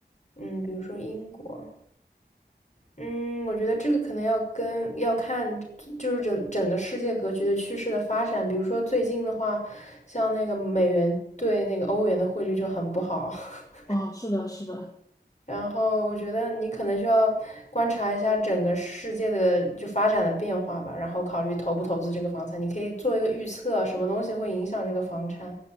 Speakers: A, on the left; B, on the left.
A: 嗯，比如说英国。嗯，我觉得这个可能要跟要看，就是整整个世界格局的趋势的发展。比如说最近的话，像那个美元对那个欧元的汇率就很不好。<laughs>
B: 哦，是的，是的，
A: 然后我觉得你可能需要观察一下整个世界的就发展的变化吧，然后考虑投不投资这个房产。你可以做一个预测，什么东西会影响这个房产，